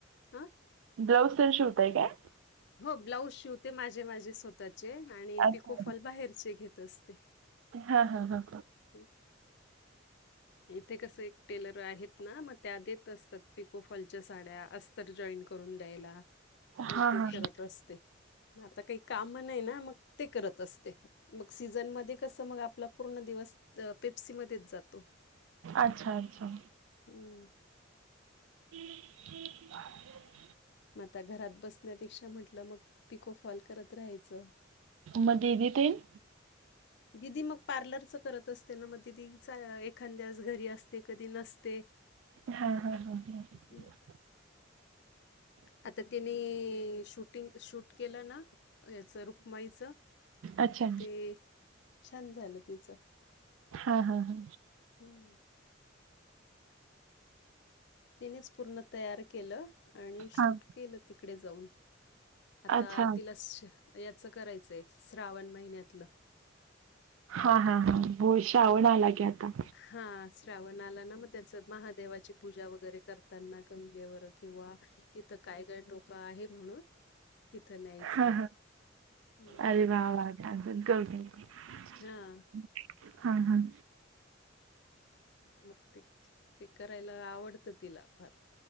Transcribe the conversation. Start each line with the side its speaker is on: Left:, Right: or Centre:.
Left: हां,
Right: ब्लाऊज तेन शिवताय काय
Left: हो ब्लाऊज शिवते माझे माझे स्वतःचे आणि
Right: अच्छा.
Left: पिको फॉल बाहेरचे घेत असते
Right: हा हा हा
Left: हं, इथे कसं एक टेलर आहेत ना मग त्या देत असतात पिको फॉलच्या साड्या अस्तर जॉईंट करून द्यायला, मग
Right: हा
Left: ते
Right: हा
Left: करत असते आता काही कामं नाही ना मग ते करत असते मग सीझन मध्ये कसं मग आपला पूर्ण दिवस पेप्सीमध्येच जातो
Right: अच्छा अच्छा
Left: हम्म
Right: <unintelligible>
Left: मग आता घरात बसण्यापेक्षा म्हंटलं मग पिकोफॉल करत राहायचं
Right: मग दीदी तेन
Left: दिदी मग पार्लरच करत असते ना मग दिदीच एखांद्या घरी असते कधी नसते
Right: हा हा हा
Left: हम्म. आता त्यांनी शूटिंग शूट केलं ना याचं रुक्माईच तर
Right: अच्छा
Left: ते छान झालं तिचं
Right: हा हा हा
Left: हम्म. तिनेच पूर्ण तयार केलं आणि शूट
Right: हा
Left: केलं तिकडे जाऊन आता
Right: अच्छा
Left: तिला याचं करायचंय श्रावण महिन्यातलं
Right: हा हा हा होय श्रावण आला की आता
Left: हा श्रावण आला ना मग त्याचं महादेवाची पूजा वगैरे करताना गंगेवर किंवा इथं काय काय टोक आहे म्हणून तिथं न्यायचंय
Right: हा हा
Left: हं,
Right: अरे वा वा छान <unintelligible>
Left: हां.
Right: हा हा
Left: मग ते ते करायला आवडतं तिला फार